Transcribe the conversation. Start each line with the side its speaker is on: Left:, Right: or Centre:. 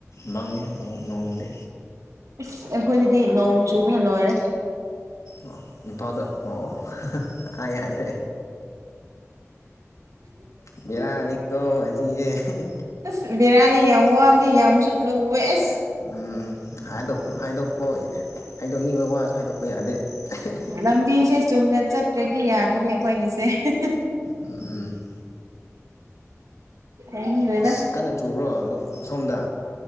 Left: ꯃꯡꯉꯦ ꯅꯣꯡꯗꯤ
Right: ꯏꯁ ꯑꯩꯈꯣꯏꯗꯗꯤ ꯅꯣꯡ ꯆꯨꯕꯅ ꯂꯣꯏꯔꯦ
Left: ꯑꯣ ꯏꯝꯐꯥꯜꯗ ꯑꯣ ꯍ ꯍ ꯑꯥꯏ ꯌꯥꯗ꯭ꯔꯦ ꯕꯦꯔꯥꯅꯤ <unintelligible> ꯁꯤꯡꯖꯦ ꯍꯤ ꯍ
Right: ꯑꯁ ꯕꯤꯔꯥꯅꯤ ꯌꯥꯝ ꯋꯥꯕꯅꯦ ꯌꯥꯝꯁꯨ ꯂꯨꯋꯦ ꯑꯁ
Left: ꯎꯝ ꯍꯥꯏꯗꯣꯛꯄ ꯍꯥꯏꯗꯣꯛꯄ ꯍꯥꯏꯗꯣꯛꯅꯤꯡꯕ ꯋꯥꯁꯨ ꯍꯥꯏꯗꯣꯛꯄ ꯌꯥꯗꯦ ꯑꯍꯤ ꯍꯤ
Right: ꯂꯝꯕꯤꯁꯦ ꯆꯨꯝꯅ ꯆꯠꯇ꯭ꯔꯗꯤ ꯌꯥꯗꯦꯅꯦ ꯑꯩꯈꯣꯏꯒꯤꯁꯦ ꯍꯦ ꯍꯦ
Left: ꯎꯝ
Right: ꯍꯗ꯭ꯔꯦꯗ
Left: ꯑꯁ ꯀꯟꯅ ꯆꯨꯕ꯭ꯔꯣ ꯑꯗꯨ ꯁꯣꯝꯗ